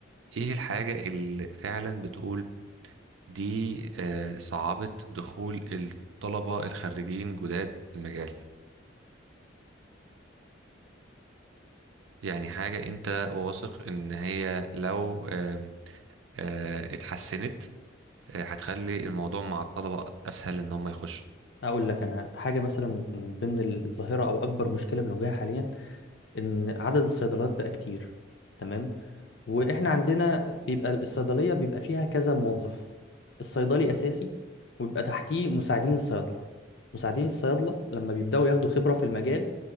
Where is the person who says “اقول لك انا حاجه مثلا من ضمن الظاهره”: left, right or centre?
Left